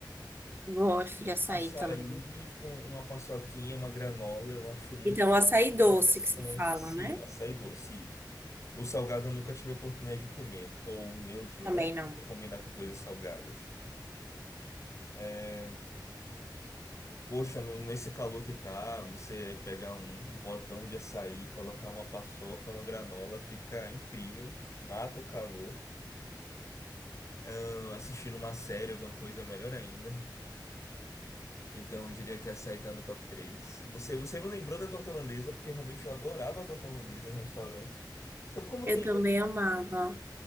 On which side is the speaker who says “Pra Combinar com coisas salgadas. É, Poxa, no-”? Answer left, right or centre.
Left